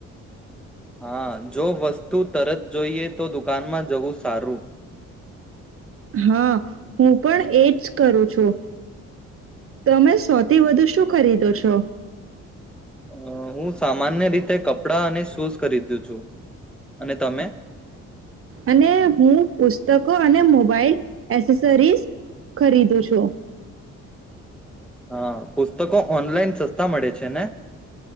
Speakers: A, in the centre; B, on the right.
A: હા જો વસ્તુ તરત જોઈએ તો દુકાનમાં જવું સારું.
B: હા હું પણ એજ કરું છું તમે સૌથી વધુ શું ખરીદો છો.
A: અ હું સામાન્ય રીતે કપડાં અને શૂઝ ખરીદુ છું. અને તમે
B: અને હું પુસ્તક અને મોબાઈલ એસેસરીસ ખરીદું છું.
A: હા પુસ્તકો ઓનલાઈન સસ્તા મળે છે ને.